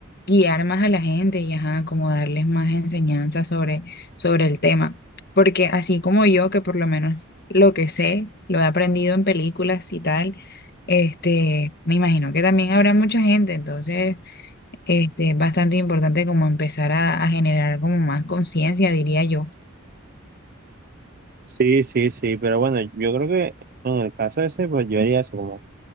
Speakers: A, on the left; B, on the right.
A: guiar más a la gente y ajá, como darles más enseñanza sobre, sobre el tema. Porque así como yo, que por lo menos lo que sé, lo he aprendido en películas y tal, este, me imagino que también habrá mucha gente, entonces este, es bastante importante como empezar a, a generar como más conciencia, diría yo.
B: Sí, sí, sí, pero bueno, yo creo que en el caso ese, pues yo haría eso, como